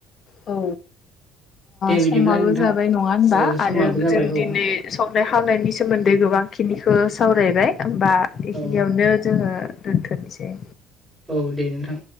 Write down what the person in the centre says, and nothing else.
दे
बिदिब्ला नोंथां
ओ समाबो
जाबाय
औ
औ
औ दे नोंथां